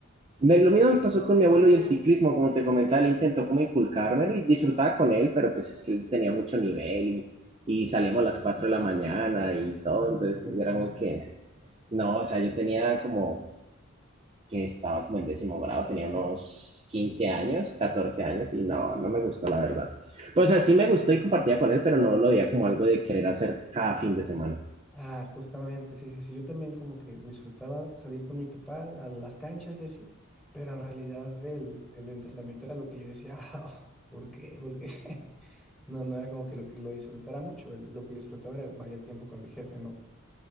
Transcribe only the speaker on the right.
Me- lo mismo me pasó con mi abuelo y el ciclismo, como te comentaba, él intentó como inculcármelo y disfrutaba con él, pero pues es que él tenía mucho nivel y, y salíamos a las 4 de la mañana y todo,
entonces y era
como que, no, o sea, yo tenía como que estaba como en décimo grado, tenía unos 15 años, 14 años y no, no me gustó la verdad. Pues o sea, sí me gustó y compartía con él, pero no lo veía como algo de querer hacer cada fin de semana.